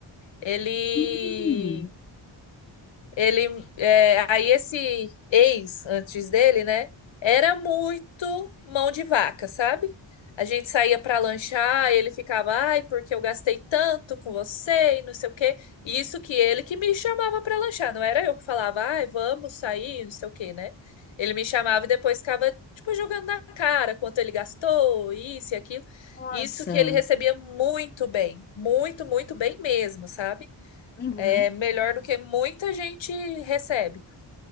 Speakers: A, on the left; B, on the left.
A: Ele
B: Hum,
A: Ele, é, aí esse ex antes dele, né, era muito mão de vaca, sabe? A gente saía para lanchar, ele ficava, ai, porque eu gastei tanto com você e não sei o quê. Isso que ele que me chamava para lanchar, não era eu que falava, ai, vamos sair, não sei o quê, né? Ele me chamava e depois ficava, tipo, jogando na cara quanto ele gastou, isso e aquilo.
B: nossa.
A: Isso que ele recebia muito bem, muito, muito bem mesmo, sabe?
B: Uhum.
A: é melhor do que muita gente recebe.